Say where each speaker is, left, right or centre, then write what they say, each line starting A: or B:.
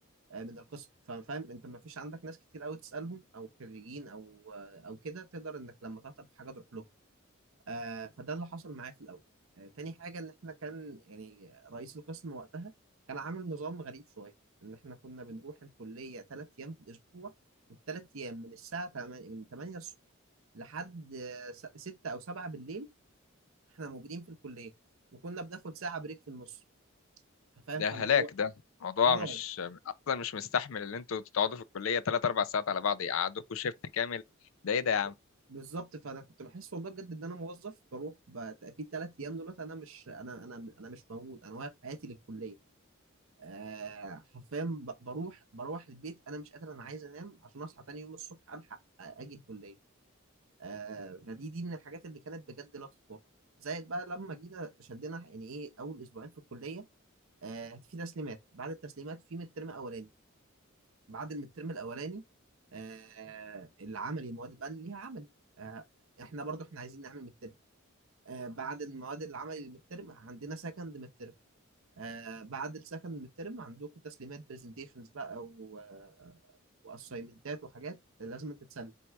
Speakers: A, on the right; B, on the left.
A: آه، من القسم ففاهم انت ما فيش عندك ناس كتير قوي تسالهم او خريجين او آه، او كده تقدر انك لما تعطل في حاجه تروح لهم آه فده اللي حصل معايا في الاول آه تاني حاجه ان احنا كان يعني رئيس القسم وقتها كان عامل نظام غريب شويه ان احنا كنا بنروح الكليه ثلاث ايام في الاسبوع والثلاث ايام من الساعه 8 من 8 الصبح لحد آه، س- 6 او 7 بالليل احنا موجودين في الكليه وكنا بناخد ساعه بريك في النص
B: <laughs>
A: فاهم
B: ده
A: فاللي
B: هلاك
A: هو
B: ده موضوع
A: اه
B: مش اصلا مش مستحمل ان انتوا تقعدوا في الكليه 3 4 ساعات على بعض يقعدوكوا شيفت كامل ده ايه
A: ب-
B: ده يا عم؟
A: بالظبط فانا كنت بحس والله بجد ان انا موظف بروح ب- في ثلاث ايام دولت انا مش انا انا انا مش موجود انا واقف حياتي للكليه آه حرفيا ب- بروح بروح البيت انا مش قادر انا عايز انام عشان اصحى تاني يوم الصبح الحق آه، اجي الكليه آه فدي دي من الحاجات اللي كانت بجد لا تتوقع زائد بقى لما جينا شدينا يعني ايه اول اسبوعين في الكليه آه في تسليمات بعد التسليمات في مترم اولاني بعد المترم الاولاني آه العملي المواد بقى اللي ليها عملي آه احنا برضو احنا عايزين نعمل مترم آه بعد المواد العملي اللي بالترم عندنا سكند مترم آه بعد السكند الترم عندكم تسليمات برزنتيشنز بقى و واسايمنتات وحاجات لازم تتسلم